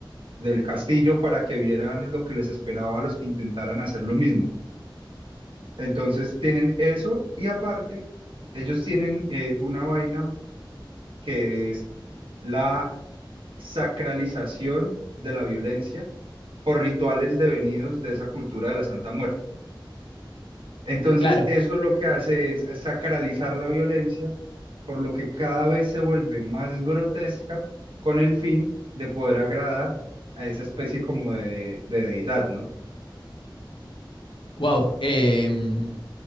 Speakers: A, on the right; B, on the left.
A: del castillo para que vieran lo que les esperaba a los que intentaran hacer lo mismo. Entonces tienen eso y aparte ellos tienen eh, una vaina que es la sacralización de la violencia por rituales devenidos de esa cultura de la Santa Muerte. Entonces
B: Claro,
A: eso lo que hace es sacralizar la violencia, por lo que cada vez se vuelve más grotesca con el fin de poder agradar a esa especie como de, de deidad, ¿no?
B: wow. em,